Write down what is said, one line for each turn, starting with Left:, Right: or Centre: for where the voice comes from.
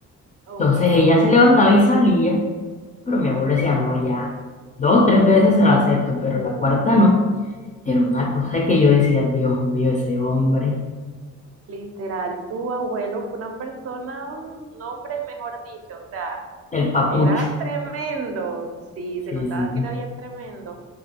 Right: Ok.
Left: Entonces ella se levantaba y salía, pero mi abuelo decía, no, ya, dos, tres veces se la acepto, pero la cuarta no. Era una cosa que yo decía, Dios mío, ese hombre,
Right: Literal, tu abuelo fue una persona, un hombre, mejor dicho. O sea,
Left: el papucho.
Right: era tremendo. Sí, se
Left: Sí,
Right: notaba
Left: sí.
Right: que
Left: sí.
Right: era bien tremendo.